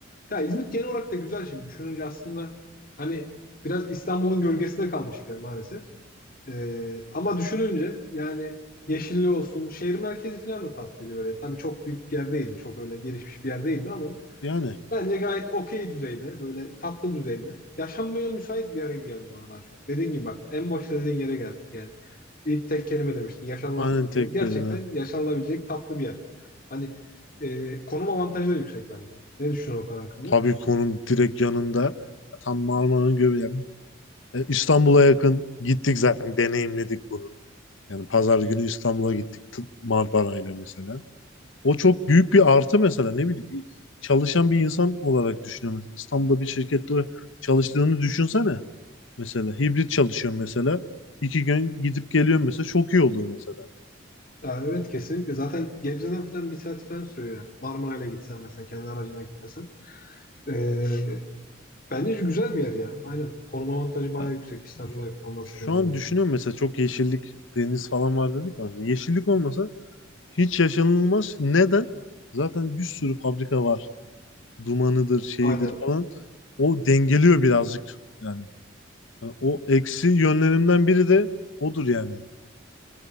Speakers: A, on the left; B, on the left.
A: Ya İzmit genel olarak da güzel şimdi. Düşününce aslında hani biraz İstanbul'un gölgesinde kalmış bir yer maalesef. Ee, ama düşününce yani yeşilli olsun, şehir merkezi falan da tatlıydı böyle. Tabii çok büyük bir yer değildi, çok öyle gelişmiş bir yer değildi ama
B: Yani
A: bence gayet okey düzeyde, böyle tatlı düzeyde. Yaşanmaya müsait bir yer gibi geldi bana daha çok. Dediğin gibi bak en başta dediğin yere geldik yani. İlk tek kelime demiştin, yaşanılabilir
B: aynen tek
A: bir yer. Gerçekten
B: yerine.
A: yaşanılabilecek tatlı bir yer. Hani e, konum avantajı da yüksek bence. Ne düşünüyorsun Okan hakkında?
B: Tabikon'un direkt yanında. Tam Marmara'nın göbeği. Yani e, İstanbul'a yakın gittik zaten. Deneyimledik bunu. Yani pazar günü İstanbul'a gittik t- Marmara'yla mesela. O çok büyük bir artı mesela. Ne bileyim bir çalışan bir insan olarak düşünüyorum. İstanbul'da bir şirkette çalıştığını düşünsene. Mesela hibrit çalışıyorum mesela. İki gün gidip geliyorum mesela. Çok iyi olur mesela.
A: Ya evet kesinlikle. Zaten Gebze'den falan bir saat falan sürüyor yani. Marmaray'la gitsen mesela kendi aracına gitmesen. Ee, Bence güzel bir yer ya. Aynen. Koruma avantajı bayağı
B: Yani
A: yüksek İstanbul'a yakın olmasından
B: şu an
A: dolayı.
B: düşünüyorum mesela çok yeşillik, deniz falan var dedik ya. Yeşillik olmasa Hiç yaşanılmaz. Neden? Zaten bir sürü fabrika var. Dumanıdır, şeyidir
A: Aynen.
B: falan. O dengeliyor birazcık yani. Yani o eksi yönlerimden biri de odur yani.